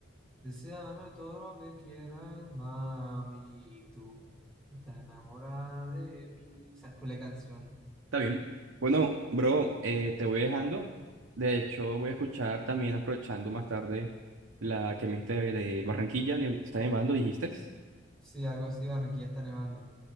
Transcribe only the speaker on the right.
bien. Bueno, bro, eh, te voy dejando. De hecho, voy a escuchar también, aprovechando más tarde, la que me diste de Barranquilla, ne- está nevando, dijiste.